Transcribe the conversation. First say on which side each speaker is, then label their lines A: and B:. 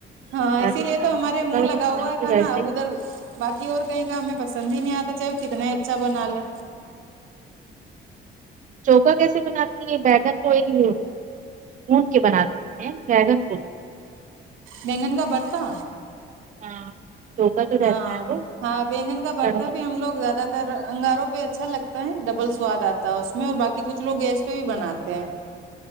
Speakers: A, on the right; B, on the right.
A: ہاں اسی
B: راجستھان
A: لیے تو ہمارے منہ
B: کا
A: لگا
B: کھانا
A: ہوا
B: تو
A: تھا
B: ویسے
A: نا اب ادھر باقی اور کہیں کا ہمیں پسند ہی نہیں آتا چاہے کتنا اچھا بنا لے
B: چوکا کیسے بناتی ہیں بیگن کوئی اون کے بناتی ہیں بیگن کو
A: بیگن کا برتا
B: ہاں چوکا تو رہتا
A: ہاں
B: ہے وہ
A: ہاں بیگن کا برتا
B: کڑوا.
A: بھی ہم لوگ زیادہ تر انگاروں پے اچھا لگتا ہے ڈبل سواد آتا ہے اس میں اور باقی کچھ لوگ گیس پے بھی بناتے ہیں